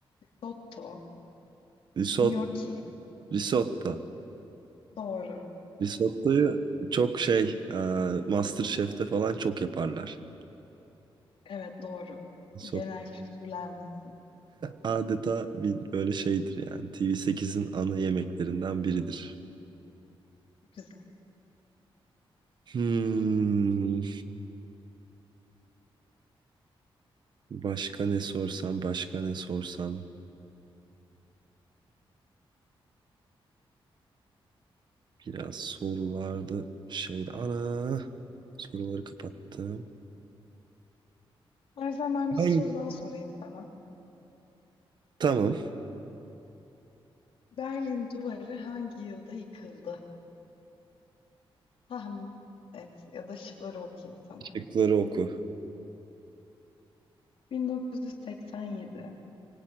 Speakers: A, on the left; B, on the right.
A: dotto,
B: Risot,
A: gnocchi.
B: risotto.
A: Doğru.
B: Risottoyu çok şey, e, MasterChef'te falan çok yaparlar.
A: Evet doğru.
B: Risotto
A: Genel kültürlenmişsin.
B: adeta bir böyle şeydir yani. TV8'in ana yemeklerinden biridir.
A: Güzel.
B: Hmm, başka ne sorsam, başka ne sorsam. Biraz sorularda şeydi. Ana! Soruları kapattım.
A: İstersen ben bir
B: Hangi?
A: soru daha sorayım sana.
B: Tamam.
A: Berlin Duvarı hangi yılda yıkıldı? Tahmin et ya da şıkları okuyayım sana.
B: Şıkları oku.
A: 1987,